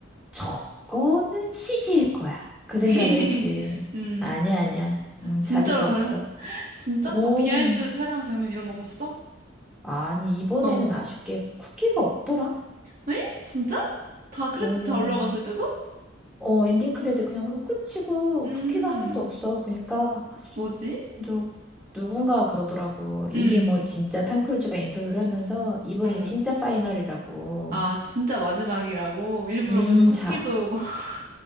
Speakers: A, in the centre; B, on the right (about 45°).
A: 저거는 CG일 거야. 그 생각을
B: <laughs>
A: 했지.
B: 음.
A: 아니야, 아니야. 음,
B: 진짜로
A: 자비가
B: 촬영?
A: 없어.
B: 진짜?
A: 오,
B: 막 비하인드 촬영 장면 이런 거 봤어?
A: 아니 이번에는
B: 어.
A: 아쉽게 쿠키가 없더라.
B: 왜? 진짜? 다 크레딧
A: 오.
B: 다 올라갔을 때도?
A: 어, 엔딩 크레딧 그냥 그리고 끝이고
B: 음.
A: 쿠키가 하나도 없어. 그러니까
B: 뭐지?
A: 누, 누군가 그러더라고. 이게
B: 음.
A: 뭐 진짜 탐 크루즈가 인터뷰를 하면서 이번에
B: 어.
A: 진짜 파이널이라고.
B: 아, 진짜 마지막이라고? 일부러
A: 음,
B: 그래서 쿠키도
A: 자.
B: <laughs>